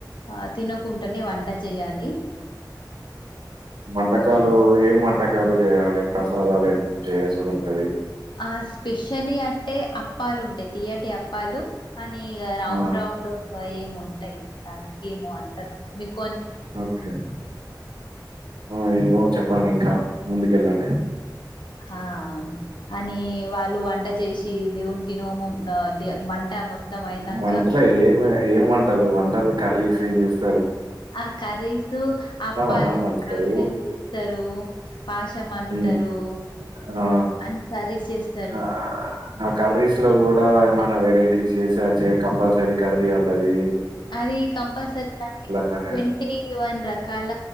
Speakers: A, on the left (about 80°); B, on the right (about 80°).
A: ఆ తినకుంటనే వంట జేయాలి
B: వంటకాలు ఎమ్ వన్ వంటకాలు చేయాలి ప్రసాదాలు ఏ చేసుడు ఉంటుది
A: ఆ స్పెషలీ అంటే అప్పాలు ఉంటాయి తియ్యటి అప్ప పాలు అని ఇగ రౌండ్
B: ఆ!
A: రౌండ్ వ ఏమో ఉంటాయి దానికి ఏమో అంటారు మీత్
B: ఓకే ఆ ఏదో చెప్ పండి ఇంకా ముందుకెళ్లలే
A: అ అని వాళ్లు వంటా చేసి దేవునికి నోమున్ నా దె వంట మొత్తం అయినంక
B: ను వంటలే ఏమై ఏం వంటలు వంటలు కర్రీస్ ది న్యూస్
A: ఆ కర్రీస్ అప్పాలు
B: అన్నం వండుతారు?
A: గారెలు చే. పాశం అండుతారు.
B: హ్మ్. ఆ!
A: అన్ని కర్రీస్ చెస్
B: ఆ ఆ కర్రీస్ లో కూడా
A: అన్నట్టు.
B: ఏమైనా వెరైటీస్ చేస చేయక కంపల్సరీ కర్రీ ఉంటది.
A: అది కంపల్సరీ గాని
B: కర్రీ
A: ట్వంటీ వన్ రకాల